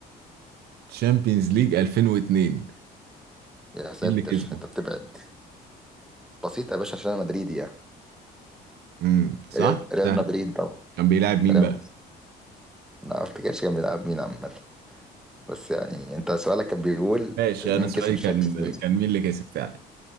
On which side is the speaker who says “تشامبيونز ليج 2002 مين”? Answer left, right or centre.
Right